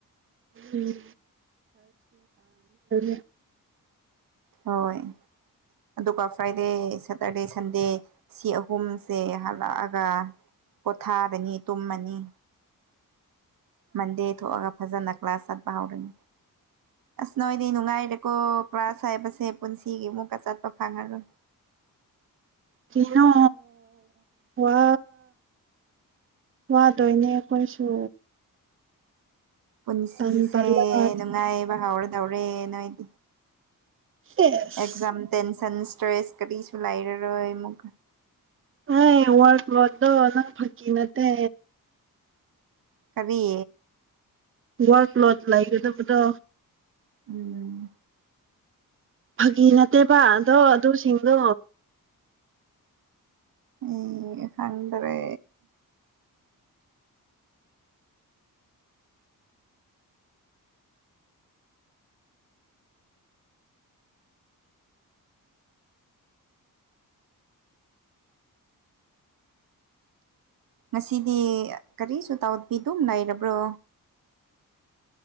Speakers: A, on the right; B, on the right.
A: ꯎꯝ <unintelligible>
B: ꯍꯣꯏ ꯑꯗꯨꯒ ꯐ꯭ꯔꯥꯏꯗꯦ ꯁꯇꯔꯗꯦ ꯁꯟꯗꯦ ꯁꯤ ꯑꯍꯨꯝꯁꯦ ꯍꯜꯂꯛꯑꯒ ꯄꯣꯊꯥꯒꯅꯤ ꯇꯨꯝꯃꯅꯤ꯫ ꯃꯟꯗꯦ ꯊꯣꯛꯑꯒ꯫ ꯐꯖꯅ ꯀ꯭ꯂꯥꯁ ꯆꯠꯄ ꯍꯧꯔꯅꯤ ꯑꯁ ꯅꯣꯏꯗꯤ ꯅꯨꯡꯉꯥꯏꯔꯦꯀꯣ ꯀ꯭ꯂꯥꯁ ꯍꯥꯏꯕꯁꯦ ꯄꯨꯟꯁꯤꯒꯤ ꯑꯃꯨꯛꯀ ꯆꯠꯄ ꯐꯪꯉꯔꯣꯏ꯫
A: ꯀꯦꯅꯣ ꯋꯥ ꯋꯥꯗꯣꯏꯅꯦ ꯑꯩꯈꯣꯏꯁꯨ꯫
B: ꯄꯨꯟꯁꯤꯁꯦ
A: ꯇꯟ ꯇꯜꯂꯒ
B: ꯅꯨꯡꯉꯥꯏꯌꯦꯕ ꯍꯥꯎꯔ ꯇꯧꯔꯦꯅꯣꯏꯗꯤ꯫
A: ꯁꯦꯁ
B: ꯑꯦꯛꯖꯝ ꯇꯦꯟ ꯁꯟ ꯁꯇ꯭ꯔꯦꯁ ꯀꯔꯤꯁꯨ ꯂꯩꯏꯔꯔꯣꯏ ꯑꯃꯨꯛ
A: ꯑꯦ ꯋꯥꯔ ꯋꯥꯗꯣ ꯅꯪ ꯐꯥꯒꯤ ꯅꯠꯇꯦ꯫
B: ꯀꯔꯤ꯫
A: ꯋꯥꯔ꯭ꯗ ꯄ꯭ꯂꯣꯠ ꯂꯩꯒꯗꯥꯕꯗꯣ꯫
B: ꯎꯝ꯫
A: ꯐꯥꯒꯤ ꯅꯠꯇꯦꯕ ꯑꯗꯣ ꯑꯗꯨꯁꯤꯡꯗꯣ꯫
B: ꯎꯝ ꯍꯪꯗ꯭ꯔꯦ꯫ ꯉꯁꯤꯗꯤ ꯀꯔꯤꯁꯨ ꯇꯥꯎꯄꯤꯗꯨꯝ ꯂꯩꯔꯕ꯭ꯔꯣ꯫